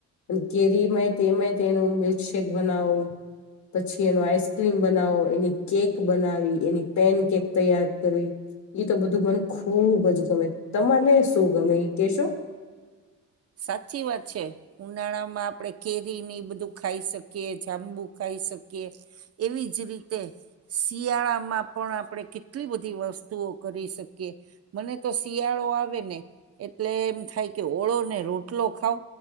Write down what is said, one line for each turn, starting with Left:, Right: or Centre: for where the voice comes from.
Left: અને કેરી ય તેય તેનું મિલ્કશેેક બનાવવું. પછી એનો આઈસક્રીમ બનાવો એની કેક બનાવી એની પેન કેક તૈયાર કરવી. તો બધું મને ખુબ જ ગમે. તને શું ગમે કેશો?
Right: સાચી વાત છે. ઉનાળા માં આપણે કેરી ની બધું ખાઈ શકીએ, જાંબુ ખાઈ શકીએ. એવી જ રીતે શિયાળામાં પણ આપણેે કેટલી બધી વસ્તુઓ કરી શકીએ. મને તો શિયાળો આવે ને એટલે એમ થાય કે ઓળો ને રોટલો ખાવ